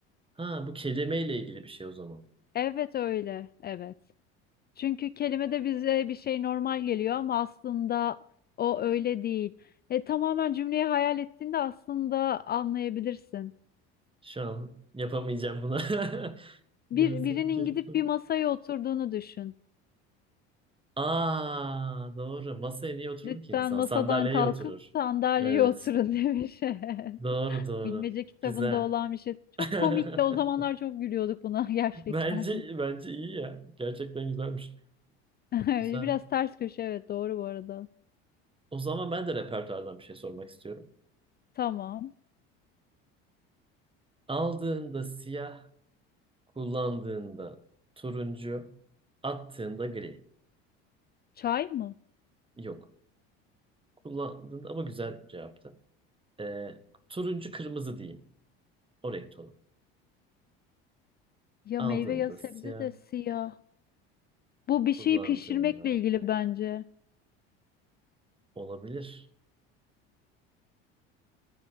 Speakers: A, on the right; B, on the left.
A: Ha bu kelimeyle ilgili bir şey o zaman.
B: Evet öyle. Evet. Çünkü kelime de bize bir şey normal geliyor ama aslında o öyle değil. E, tamamen cümleyi hayal ettiğinde aslında anlayabilirsin.
A: Şu an yapamayacağım buna. <laughs>
B: Bir,
A: Garson
B: birinin
A: gelip
B: gidip bir masaya oturduğunu düşün.
A: Aa doğru. Masaya niye oturur
B: Lütfen
A: ki insan?
B: masadan
A: Sandalyeye
B: kalkıp
A: oturur.
B: sandalyeye
A: Evet.
B: oturun <laughs> demiş. Evet.
A: Doğru doğru.
B: Bilmece kitabında
A: Güzel.
B: olan bir şey. Çok
A: <laughs>
B: komikti. O zamanlar çok gülüyorduk buna <laughs> gerçekten.
A: Bence bence iyi ya. Gerçekten güzelmiş.
B: <laughs>
A: Güzel.
B: Biraz ters köşe evet doğru bu arada.
A: O zaman ben de repertuardan bir şey sormak istiyorum.
B: Tamam.
A: Aldığında siyah, kullandığında turuncu, attığında gri.
B: Çay mı?
A: Yok. Kullandığında ama güzel cevaptı. Ee, turuncu kırmızı diyeyim. O renk tonu.
B: Ya
A: Aldığında
B: meyve ya sebze
A: siyah,
B: de siyah. Bu bir
A: kullandığında
B: şeyi pişirmekle ilgili bence.
A: olabilir.